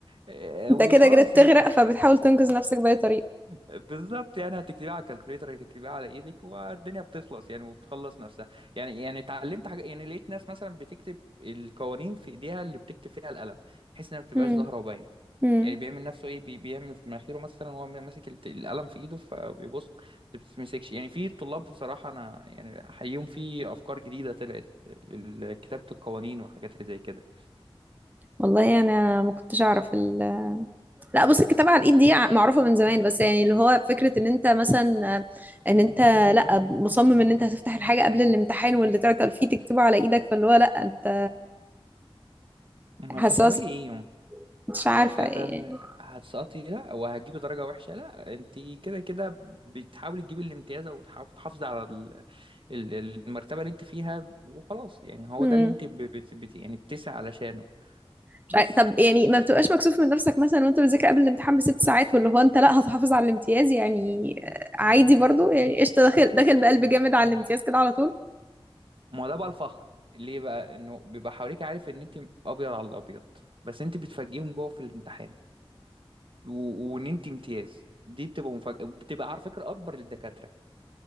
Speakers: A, on the right; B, on the right.
A: آه،
B: انت
A: وخلاص
B: كده كده بتغرق
A: يعني
B: فبتحاول تنقذ نفسك بأي طريقه
A: بالظبط يعني هتكتبيها على الكالكوليتر هتكتبيها على ايدك والدنيا بتخلص يعني وبتخلص نفسها يعني يعني اتعلمت حاجه يعني لقيت ناس مثلا بتكتب القوانين في ايديها اللي بتكتب فيها القلم بحيث انها ما بتبقاش
B: مم.
A: ظاهره وباينه
B: مم.
A: يعني بيعمل نفسه ايه بي- بيعمل في مناخيره مثلا وهو ماسك الت- القلم في ايده فبيبص ما بتتمسكش يعني في طلاب بصراحه انا يعني احييهم في افكار جديده طلعت لكتابه القوانين وحاجات اللي زي كده
B: والله يعني انا ما كنتش اعرف ال... لا بص الكتابه على الايد دي ع- معروفه من زمان بس يعني اللي هو فكره ان انت مثلا آه، ان انت لا مصمم ان انت هتفتح الحاجه قبل الامتحان واللي تعطل فيه تكتبه على ايدك فاللي هو لا انت
A: ما هو انت
B: حساس
A: هتعملي ايه
B: مش عارفه
A: وانت
B: يعني
A: هتسقطي لا وهتجيبي درجة وحشة لا انت كده كده بتحاولي تجيبي الامتياز او تحاول تحافظي على ال- ال- المرتبة اللي انت فيها وخلاص يعني هو
B: مم.
A: ده اللي انت ب- بت بت يعني بتسعي علشانه
B: مش
A: بس
B: عارف. طب يعني ما بتبقاش مكسوف من نفسك مثلا وانت بتذاكر قبل الامتحان بست ساعات واللي هو انت لا هتحافظ على الامتياز يعني آه، عادي برضو يعني قشطه داخل داخل بقلب جامد على الامتياز كده على طول
A: ما هو ده بقى الفخر ليه بقى انه بيبقى حواليك عارف ان انت ابيض على الابيض بس انت بتفاجئهم جوه في الامتحان و- وان انت امتياز دي بتبقى مفاجأة بتبقى على فكرة اكبر للدكاترة